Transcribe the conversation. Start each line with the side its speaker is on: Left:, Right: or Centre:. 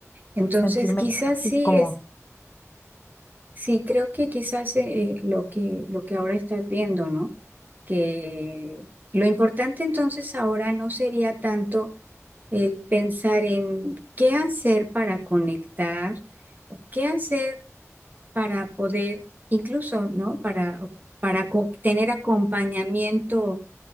Right: Entonces,
Left: Sentirme
Right: quizás
Left: así
Right: sí
Left: como,
Right: es, sí creo que quizás eh, lo que, lo que ahora estás viendo, ¿no? Que lo importante entonces ahora no sería tanto el pensar en qué hacer para conectar o qué hacer para poder, incluso, ¿no? Para, para co- tener acompañamiento